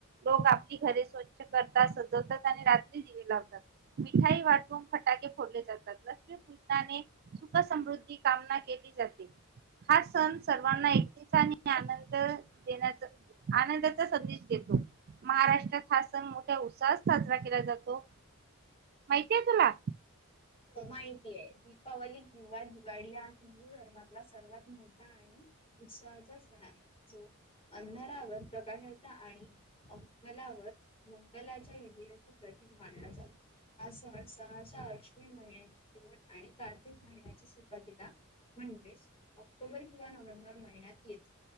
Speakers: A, on the right (about 45°); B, on the left (about 25°).
A: लोक आपली घरे स्वच्छ करतात सजवतात आणि रात्री दिवे लावतात. मिठाई वाटून फटाके फोडले जातात लक्ष्मी पूजणाने सुख समृद्धी कामना केली जाते. हा सण सर्वांना एकटीचा आणि आनंद देण्याचा आनंदाचा संदेश देतो. महाराष्ट्रात हा सण मोठ्या उत्साहात साजरा केला जातो. माहितीय तुला.
B: माहिती आहे दीपावली किंवा दिवाळी हा हिंदू धर्मातला सर्वात मोठा आणि उत्साहाचा सण आहे जो अंधरावर प्रकाशाचा आणि अमंगलावर मंगलाच्या विजया प्रतीक मानला जात हा सह सहसहा अश्विन माहीन्या शेवट आणि कार्तिक महिन्याच्या सुरुवातीला म्हणजेच ऑक्टोबर किंवा नोव्हेंबर महिन्यात येतो.